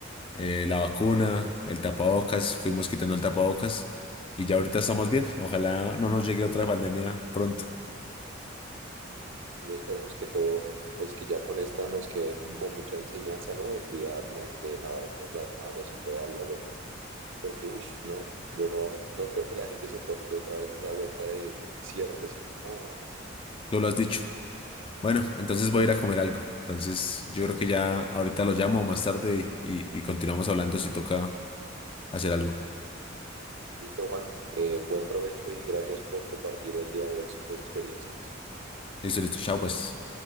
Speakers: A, on the left (about 25°); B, on the right (about 70°).
A: eh, la vacuna, el tapabocas, fuimos quitando el tapabocas y ya ahorita estamos bien. Ojalá no nos llegue otra pandemia pronto.
B: Y esperemos que todo, pues que ya con esta nos quede como mucha enseñanza, ¿no? De cuidarnos, de lavarnos las manos y toda la vuelta. Porque, uff, no, yo no, no creo que la gente soporte otra vez esa vuelta de cierres. No,
A: Tú lo has dicho. Bueno, entonces voy a ir a comer algo. Entonces yo creo que ya ahorita lo llamo más tarde y y- y continuamos hablando si toca hacer algo.
B: listo, Juan. eh, buen provecho y gracias por compartir el día de hoy sus experiencias.
A: Listo, listo. Chao, pues.